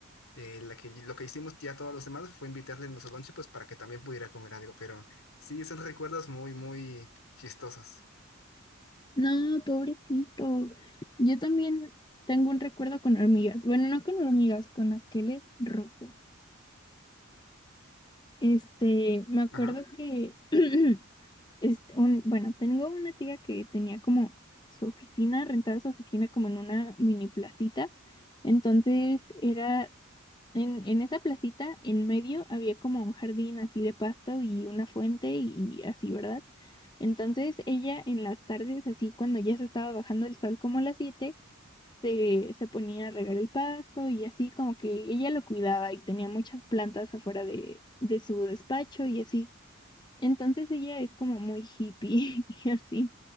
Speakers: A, on the left (about 80°); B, on the left (about 20°).
A: eh, la que, lo que hicimos ya todos los demás fue invitarle nuestro lonche pues para que también pudiera comer algo, pero sí, son recuerdos muy, muy chistosos.
B: No, pobrecito. Yo también tengo un recuerdo con hormigas. Bueno, no con hormigas, con asqueles rojos. Este, me acuerdo
A: Ajá,
B: que <clears throat> Este, un, bueno, tengo una tía que tenía como su oficina, rentaba su oficina como en una mini placita. Entonces era en, en esa placita, en medio había como un jardín así de pasto y una fuente y así, ¿verdad? Entonces ella en las tardes, así cuando ya se estaba bajando el sol como a las 7 se, se ponía a regar el pasto y así como que ella lo cuidaba y tenía muchas plantas afuera de, de su despacho y así. Entonces ella es como muy hippie <laughs> y así.